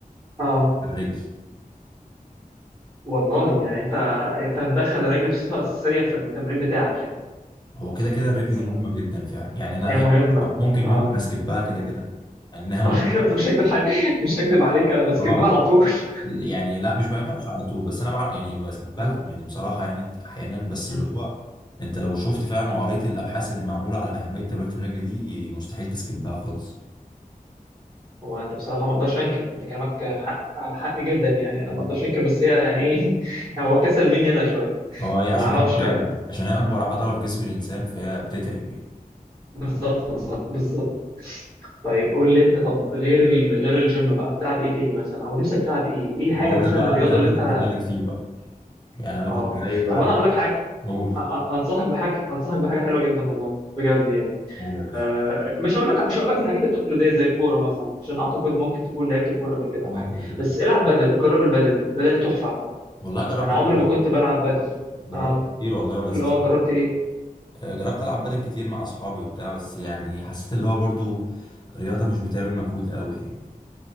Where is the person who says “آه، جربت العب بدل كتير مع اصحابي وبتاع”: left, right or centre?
Left